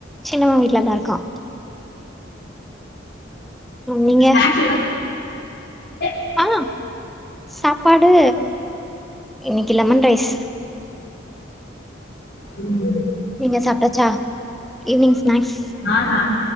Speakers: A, in the centre; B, on the left.
A: சின்னவ வீட்லதா இருக்கா ம் நீங்க
B: ான்ச்ச <unintelligible>
A: ஆ சாப்பாடு இன்னைக்கு லெமன் ரைஸ்
B: ம்
A: நீங்க சாப்ட்டச்சா ஈவினிங் ஸ்நக்ஸ்
B: ஆஹா